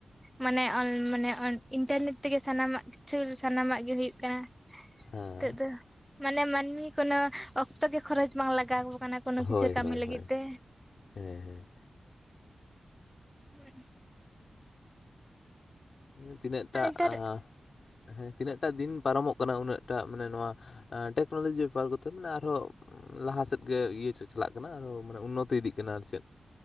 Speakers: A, in the centre; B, on the left.
A: ᱢᱟᱱᱮ ᱚᱱ ᱢᱟᱱᱮ ᱚᱱ ᱤᱱᱴᱟᱨᱱᱮᱴ ᱛᱮᱜᱮ ᱥᱟᱱᱟᱢᱟᱜ ᱠᱤᱪᱷᱩ ᱥᱟᱱᱟᱢᱟᱜ ᱜᱮ ᱦᱩᱭᱩᱜ ᱠᱟᱱᱟ᱾
B: ᱦᱮᱸ
A: ᱱᱤᱛᱳᱜ ᱫᱚ ᱢᱟᱱᱮ ᱢᱟᱹᱱᱢᱤ ᱠᱳᱱᱳ ᱚᱠᱛᱚ ᱜᱮ ᱠᱷᱚᱨᱚᱪ ᱵᱟᱝ ᱞᱟᱜᱟᱣ ᱢᱟᱱᱮ ᱠᱳᱱᱳ ᱠᱤᱪᱷᱩ
B: ᱦᱳᱭ
A: ᱠᱟᱹᱢᱤ
B: ᱦᱳᱭ
A: ᱞᱟᱹᱜᱤᱫ
B: ᱦᱳᱭ
A: ᱛᱮ
B: ᱦᱮᱸ ᱦᱮᱸ᱾
A: ᱦᱮᱸ᱾
B: ᱦᱮᱸ ᱛᱤᱱᱟᱹᱜ
A: ᱢᱟᱱᱮ
B: ᱴᱟᱜ
A: ᱱᱮᱛᱟᱨ
B: ᱟ ᱦᱮᱸ ᱛᱤᱱᱟᱹᱜ ᱴᱟᱜ ᱫᱤᱱ ᱯᱟᱨᱚᱢᱚᱜ ᱠᱟᱱᱟ ᱩᱱᱟᱹᱜ ᱴᱟᱜ ᱢᱟᱱᱮ ᱱᱚᱣᱟ ᱮ ᱴᱮᱠᱱᱳᱞᱚᱡᱤ ᱵᱮᱯᱟᱨ ᱠᱚᱛᱚ ᱢᱮᱱᱟᱜ-ᱟ ᱟᱨᱦᱚᱸ ᱟ ᱞᱟᱦᱟ ᱥᱮᱫ ᱜᱮ ᱤᱭᱟᱹ ᱪᱟᱪᱟᱞᱟᱜ ᱠᱟᱱᱟ ᱟᱨᱦᱚᱸ ᱢᱟᱱᱮ ᱩᱱᱱᱚᱛᱤ ᱤᱫᱤ ᱠᱟᱱᱟ ᱟᱨ ᱪᱮᱫ?